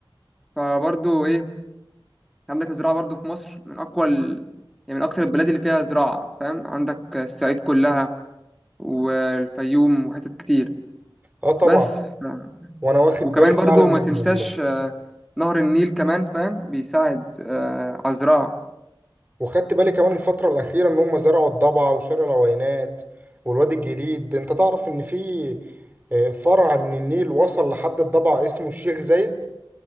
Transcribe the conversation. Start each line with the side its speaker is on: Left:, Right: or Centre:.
Centre: فبرضو ايه انت عندك الزراعة برضو في مصر من أقوى ال... يعني من أكتر البلاد اللي فيها زراعة فاهم عندك الصعيد كلها والفيوم وحتت كتير
Right: اه طبعا
Centre: بس ف...
Right: وانا واخد
Centre: وكمان
Right: بالي فعلا
Centre: برضو
Right: ان
Centre: ما تنساش
Right: ال...
Centre: آه، نهر النيل كمان فاهم بيساعد آه، على الزراعة
Right: وخدت بالي كمان الفترة الأخيرة ان هم زرعوا الضبع وشارع العوينات والوادي الجديد انت تعرف ان في آه، فرع من النيل وصل لحد الضبع اسمه الشيخ زايد